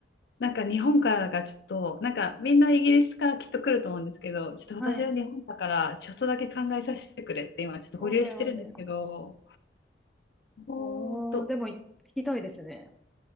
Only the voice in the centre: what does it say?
はい。
そうだよね。
おお、でも聞きたいですね。